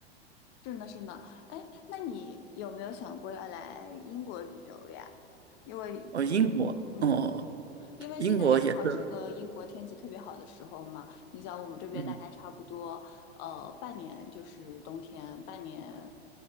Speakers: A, on the left; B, on the right.
A: 是呢是呢，哎，那你有没有想过要来英国旅游呀？因为
B: 哦，英国。
A: 嗯，
B: 哦。
A: 因为现在也正好是个英国天气特别好的时候嘛。
B: 英国也是，
A: 你想我们这边大概差不多，
B: 嗯，
A: 呃，半年就是冬天，半年